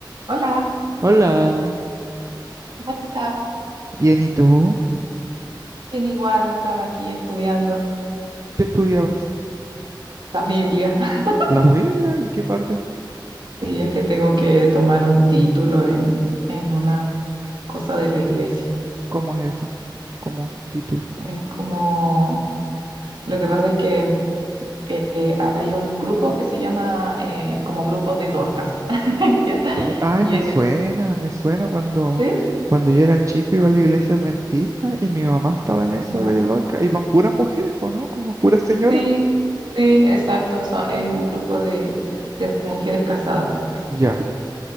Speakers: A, on the right; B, on the right.
A: Hola,
B: Hola,
A: ¿cómo estás?
B: bien, ¿y tú?
A: Bien, igual estaba aquí estudiando
B: ¿Qué estudiabas?
A: la Biblia. <laughs>
B: ¿La Biblia? ¿Y qué parte?
A: Y es que tengo que tomar un título en, en una cosa de la iglesia.
B: ¿Cómo es eso? ¿Cómo título?
A: Es como, lo que pasa es que eh, eh, hay un grupo que se llama eh, como grupo de Dorcas. <laughs> ¿Ya?
B: Dor- Ay,
A: Y
B: me
A: es
B: suena,
A: el,
B: me suena cuando,
A: ¿sí?
B: cuando yo era chico iba a la iglesia adventista y mi mamá estaba en eso
A: ¿Ya?
B: de Dorca. Iban puras mujeres, po, ¿no? Como puras señoras.
A: Sí, sí, exacto. son- es un grupo de, de mujeres casadas.
B: Ya,